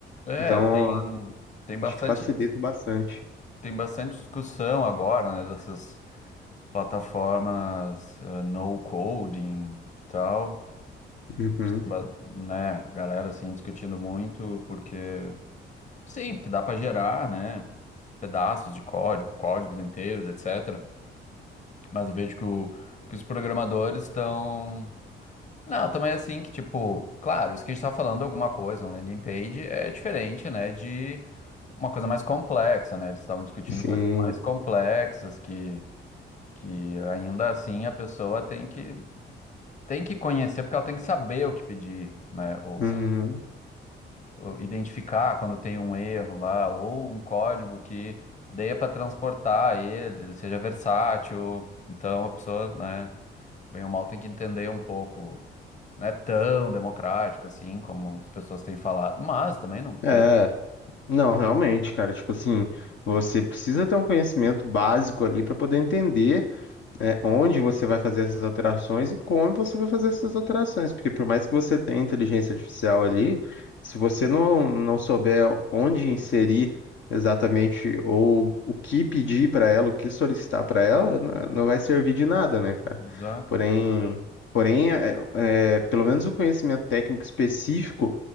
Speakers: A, on the left; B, on the left.
A: É,
B: Então,
A: tem, tem bastante,
B: acho que facilita bastante.
A: tem bastante discussão agora, né, dessas plataformas, eh, no coding e tal.
B: Uhum,
A: ba- né, a galera assim discutindo muito porque sim, porque dá para gerar, né, pedaços de código, códigos inteiros, etc. Mas eu vejo que, o, que os programadores estão Não, também é assim que tipo, claro, isso que a gente tá falando alguma coisa, um landing page é diferente, né, de uma coisa mais complexa, né? Eles estavam discutindo
B: sim.
A: coisas mais Hum. complexas que que ainda assim a pessoa tem que tem que conhecer porque ela tem que saber o que pedir, né, ou
B: Uhum.
A: saber. ou identificar quando tem um erro lá, ou um código que dê para transportar ele, ele seja versátil. Então a pessoa, né, bem ou mal tem que entender um pouco. Não é tão democrático assim como as pessoas têm falado, mas também não
B: É.
A: sei.
B: Não, realmente, cara, tipo assim, você precisa ter um conhecimento básico ali para poder entender é, onde você vai fazer essas alterações e como você vai fazer essas alterações. Porque por mais que você tenha inteligência artificial ali, se você não, não souber onde inserir exatamente ou o que pedir para ela, o que solicitar para ela, n- não vai servir de nada, né, cara?
A: Exato.
B: Porém, porém é, é, pelo menos o conhecimento técnico específico